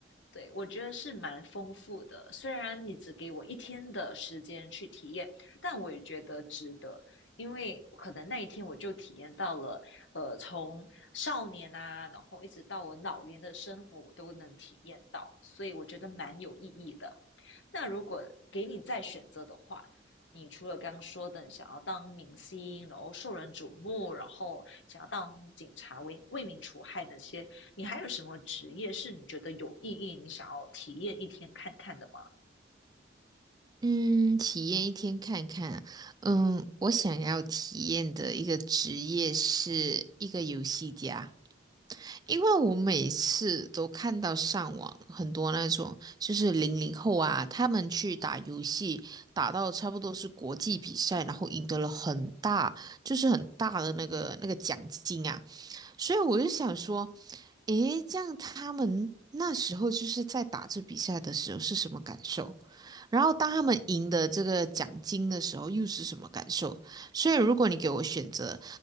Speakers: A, on the left; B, on the right.
A: 对，我觉得是蛮丰富的，虽然你只给我一天的时间去体验。但我也觉得值得，因为可能那一天我就体验到了，呃，从少年啊，然后一直到我老年的生活，我都能体验到，所以我觉得蛮有意义的。那如果给你再选择的话，你除了刚刚说的你想要当明星，然后受人瞩目，然后想要当警察为为民除害那些，你还有什么职业是你觉得有意义，你想要体验一天看看的吗？
B: 嗯，体验一天看看啊嗯，我想要体验的一个职业是一个游戏家，因为我每次都看到上网很多那种，就是零零后啊，他们去打游戏，打到差不多是国际比赛，然后赢得了很大，就是很大的那个那个奖金啊。所以我就想说，诶，这样他们那时候就是在打这比赛的时候是什么感受？然后当他们赢得这个奖金的时候又是什么感受？所以如果你给我选择，